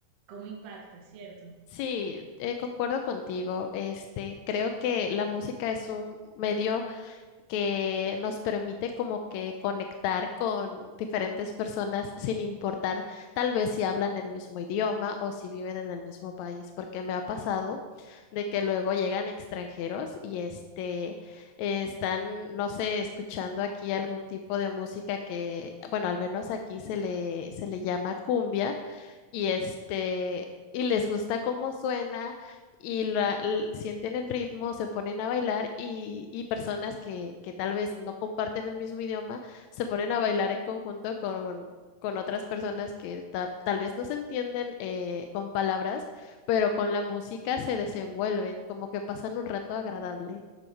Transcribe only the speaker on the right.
cómo impacta, ¿cierto?